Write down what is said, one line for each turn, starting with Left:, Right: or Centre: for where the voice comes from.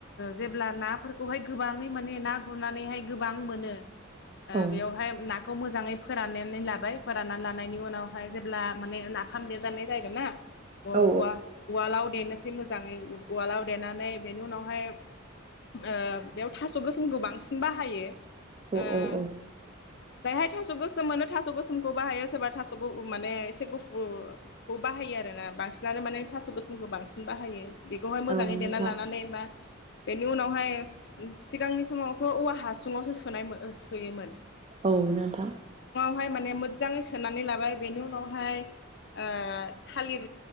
Left: जेब्ला नाफोरखौहाय गोबाङै माने ना गुरनानैहाय गोबां मोनो
Right: औ
Left: बेयावहाय ना खौ मोजाङै फोराननानै लाबाय फोराननानै लानायनि उनावहाय जेब्ला माने नाफाम देरजानाय जायागोन ना अ
Right: औ
Left: उव उव लाव दनो <unintelligible> मोजाङै उवालाव देनानै बेनि उनावहाय ओ बेयाव थास' गोसोमखौ बांसिन बाहायो
Right: औ
Left: ओ
Right: औ औ
Left: जायहाय थास' गोसोम मोनो थास' गोसोमखौ बाहायो सोरबा थास'फ माने एसे गुफुरखौ बाहायो आरोना बांसिनानो माने थास' गोसोमखौ बांसिन बाहायो बेखौहाय मोजाङै
Right: औ नोंथां
Left: देना लानानै बा बेनि उनावहाय सिगांनि समावथ' औवा हासुङावसो सोनायमो सोयोमोन
Right: औ नोथां
Left: बेहाय माने मोजाङै सोनानै लाबाय बेनि उनावहाय ओ थालिर